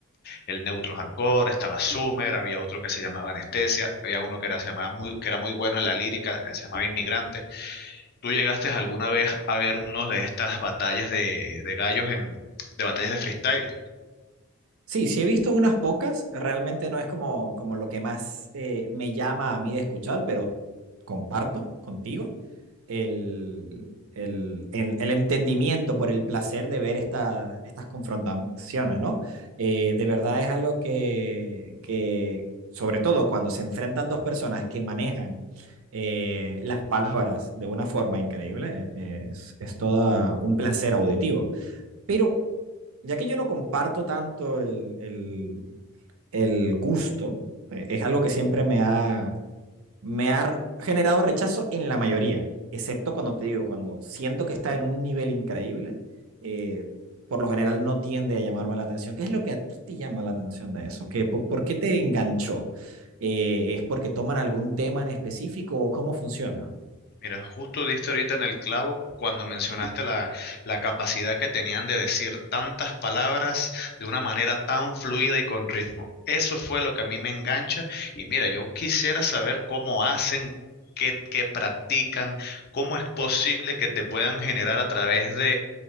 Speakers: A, on the left; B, on the right.
A: el Neutro Hardcore, estaba Summer, había otro que se llamaba Anestesia, había uno que era, se llamaba muy, que era muy bueno en la lírica, que se llamaba Inmigrante ¿Tú llegaste alguna vez a ver uno de estas batallas de, de gallos en, de batallas de freestyle?
B: Sí, sí he visto unas pocas, realmente no es como, como lo que más eh, me llama a mí de escuchar, pero comparto contigo el, el, el- el entendimiento por el placer de ver esta- estas confrontaciones, ¿no? Eh, de verdad es algo que, que, sobre todo cuando se enfrentan dos personas que manejan eh, las palabras de una forma increíble, eh, es, es todo un placer auditivo. Pero ya que yo no comparto tanto el, el- el gusto eh, es algo que siempre me ha, me ha generado rechazo en la mayoría, excepto cuando te digo, cuando siento que está en un nivel increíble, eh, por lo general no tiende a llamarme la atención. ¿Qué es lo que a ti te llama la atención de eso? ¿Qué, por, por qué te enganchó? Eh, ¿Es porque toman algún tema en específico o cómo funciona?
A: Mira, justo diste ahorita en el clavo cuando mencionaste la, la capacidad que tenían de decir tantas palabras de una manera tan fluida y con ritmo. Eso fue lo que a mí me engancha. Y mira, yo quisiera saber cómo hacen, qué, qué practican, cómo es posible que te puedan generar a través de